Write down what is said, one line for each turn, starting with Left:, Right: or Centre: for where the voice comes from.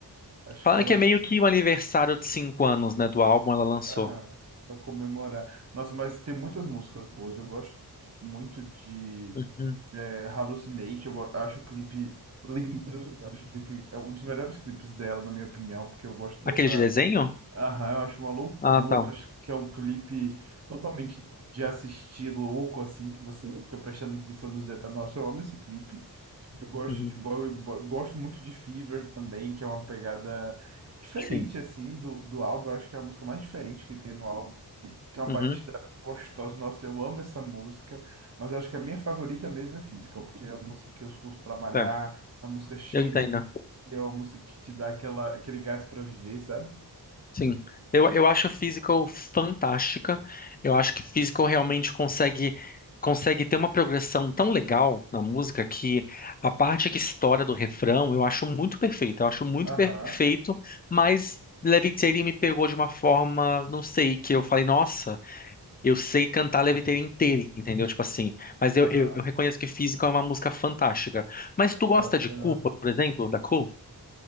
Right: Acho
Left: Falando
Right: que ela.
Left: que é meio que o aniversário de cinco anos, né, do álbum ela lançou.
Right: Aham, pra comemorar. Nossa, mas tem muitas músicas boas. Eu gosto muito de
Left: Uhum.
Right: é, Hallucinate. Eu go- acho o clipe lindo. Eu Acho que o clipe é um dos melhores clipes dela, na minha opinião, porque eu gosto dessa.
Left: Aquele de desenho?
Right: Aham, eu acho uma loucura.
Left: Ah, tá.
Right: Eu acho que é um clipe totalmente de assistir louco, assim, que você fica prestando atenção nos detalhes. Nossa, eu amo esse clipe. Eu gosto
Left: Uhum.
Right: de Boy, Boy- gosto muito de Fever também, que é uma pegada diferente,
Left: Sim.
Right: assim, do, do álbum. Eu acho que é a música mais diferente que tem no álbum. Tem uma
Left: Uhum.
Right: batida gostosa. Nossa, eu amo essa música, mas eu acho que a minha favorita mesmo é Physical, porque é a música que eu escuto para malhar,
Left: É,
Right: é uma música cheia
Left: eu entendo.
Right: de. energia, É uma música que te dá aquela, aquele gás para viver, sabe?
Left: Sim, eu, eu acho a Physical fantástica. Eu acho que Physical realmente consegue consegue ter uma progressão tão legal na música que a parte que estoura do refrão eu acho muito perfeita. Eu acho muito
Right: Aham.
Left: perfeito, mas Levitating me pegou de uma forma, não sei, que eu falei, nossa, eu sei cantar Levitating inteiro, entendeu? Tipo assim, mas eu,
Right: Aham,
Left: eu, eu reconheço que Physical é uma música fantástica. Mas tu
Right: é forte,
Left: gosta de Culpa,
Right: né?
Left: por exemplo, da Cool?